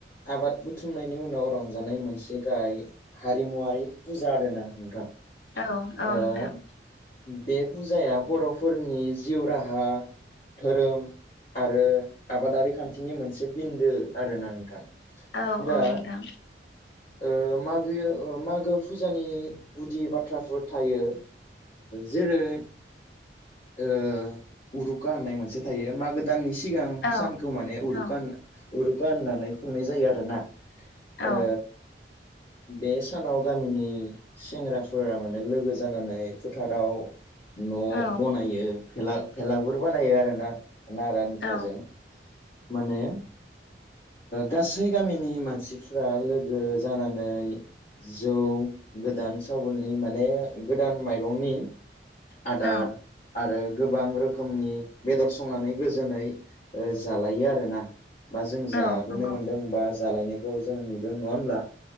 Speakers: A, on the left; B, on the left.
A: आबाद बुथुमनायनि उनाव रं जानाय मोनसे गाहाय हारिमुवारि फुज जा आरोना नोंथां।
B: औ औ
A: ओ
B: नोंथां।
A: बे फुजाया बर'फोरनि जिउ राहा धोरोम आरो आबादारि खान्थिनि मोनसे बिन्दो आरोना नोंथां।
B: औ
A: दा
B: औ नोंथां।
A: ओ मागो मागो फुजानि गुदि बाथ्राफोर थायो। जेरै ओ उरुखा होननाय मोनसे थायो मागो दाननि सि सिगां
B: औ
A: सानखौ माने उरुखान
B: औ
A: होन उरुखा होननानै खुंनाय जायो आरोना।
B: औ
A: ओ बे सानाव गामिनि सेंग्राफोरा माने लोगो जानानै फोथाराव न
B: औ
A: बनायो फेला भेलागुर बानायो आरो ना। नारा नाथाजों
B: औ
A: माने ओ गासै गामिनि मानसिफ्रा लोगो जानानै जौ गोदान सावोलनि माने गोदान माइरंनि आदार
B: औ
A: आरो गोबां रोखोमनि बेदर संनानै गोजोनै ओ जालायो आरोना। बा जों जाबोनो
B: औ नंगौ
A: मोन्दों बा जालायनायखौ जों नुदों नङा होमब्ला?